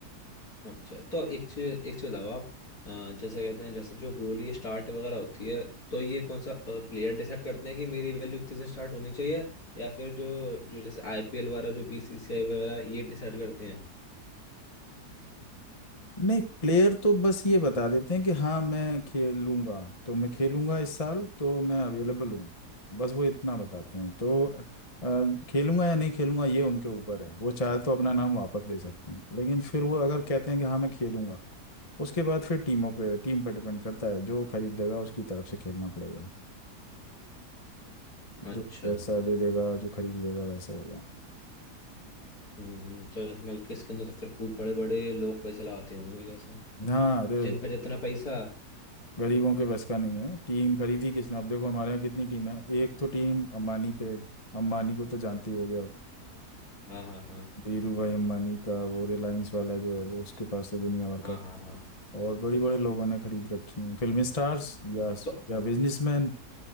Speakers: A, on the left; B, on the left.
A: अच्छा तो एक चीज एक चीज बताओ आप अ, जैसे कहते हैं जैसे जो बोली स्टार्ट वगैरह होती है तो ये कौन सा प्लेयर डिसाइड करते हैं कि मेरी वैल्यू इतने से स्टार्ट होनी चाहिए या फिर जो जो जैसे आईपीएल वगैरह जो बीसीसीआई वगैरह ये डिसाइड करते हैं
B: नहीं प्लेयर तो बस ये बता देते हैं कि हाँ मैं खेलूंगा तो मैं खेलूंगा इस साल तो मैं अवेलेबल हूँ बस वो इतना बताते हैं तो अ, खेलूंगा या नहीं खेलूंगा ये उनके ऊपर है वो चाहे तो अपना नाम वापस ले सकते हैं लेकिन फिर वो अगर कहते हैं कि हाँ मैं खेलूंगा उसके बाद फिर टीमों पे टीम पे डिपेंड करता है जो खरीद देगा उसकी तरफ से खेलना पड़ेगा
A: अच्छा
B: जो पैसा दे देगा जो खरीद लेगा वैसा होगा
A: हम्म, तो जैसे मतलब कि इसके अंदर तो फिर खूब बड़े बड़े लोग पैसे लगाते होंगे जैसे
B: हाँ अरे
A: जिन
B: भाई
A: पर जितना पैसा
B: गरीबों के बस का नहीं है टीम खरीदी किसने अब देखो हमारे यहाँ कितनी टीम है एक तो टीम अंबानी पे अंबानी को तो जानते ही होगे आप
A: हाँ हाँ हाँ
B: धीरू भाई अंबानी का वो रिलायंस वाला जो है वो उसके पास तो दुनिया भर
A: हाँ
B: का
A: हाँ हाँ
B: और बड़े बड़े लोगों ने खरीद रखी हैं फिल्म स्टार्स या
A: तो
B: या बिजनेसमैन